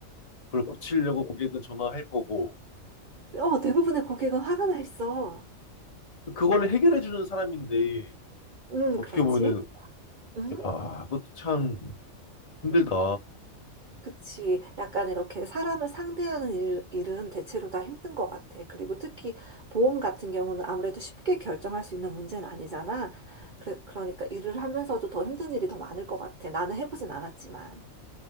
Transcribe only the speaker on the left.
그걸 고치려고 고객은 전화할 거고,
그거를 해결해 주는 사람인데,
어떻게
보면은,
야, 그것도 참 힘들다.